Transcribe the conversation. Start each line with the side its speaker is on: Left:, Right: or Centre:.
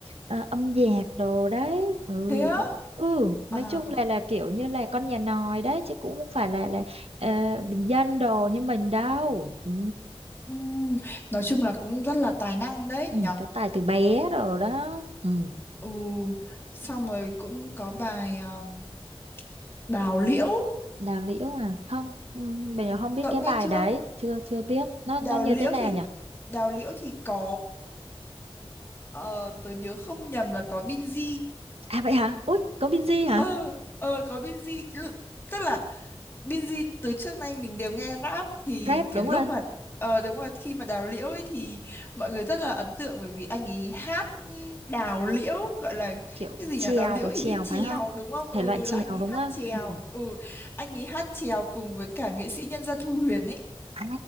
Right: ờ, âm nhạc đồ đấy ừ
Left: thế á
Right: chứ- ừ nói
Left: à
Right: chung là là kiểu như là con nhà nòi đấy chứ cũng không phải là là ờ, bình dân đồ như mình đâu ừ.
Left: ừm, nói chung là cũng rất là tài năng đấy
Right: ừ
Left: nhở
Right: có tài từ bé rồi đó ừ
Left: ừ xong rồi cũng có bài um, Đào Liễu
Right: đào liễu à không ừ, mình không biết
Left: cậu
Right: cái
Left: nghe
Right: bài
Left: chưa
Right: đấy chưa chưa biết nó
Left: Đào
Right: nó như
Left: Liễu
Right: thế nào
Left: thì
Right: nhỉ
Left: Đào Liễu thì có ờ, tớ nhớ không nhầm là có Binz
Right: à vậy hả ui có Binz hả
Left: ờ ờ có Binz L- tức là Binz từ trước nay mình đều nghe rap thì
Right: rap đúng
Left: cái lúc
Right: rồi
Left: mà ờ đúng rồi khi mà đào liễu ấy thì mọi người rất là ấn tượng bởi vì anh ấy hát ừm, đào liễu gọi là
Right: kiểu
Left: cái gì
Right: chèo
Left: nhỉ đào liễu hình
Right: chèo
Left: như chèo
Right: phải không
Left: đúng không ừ
Right: thể loại
Left: ừ
Right: chèo
Left: là anh ấy
Right: đúng
Left: hát
Right: không
Left: chèo
Right: ừ.
Left: ừ anh ấy hát chèo cùng với cả nghệ sĩ nhân dân Thu Huyền ấy
Right: à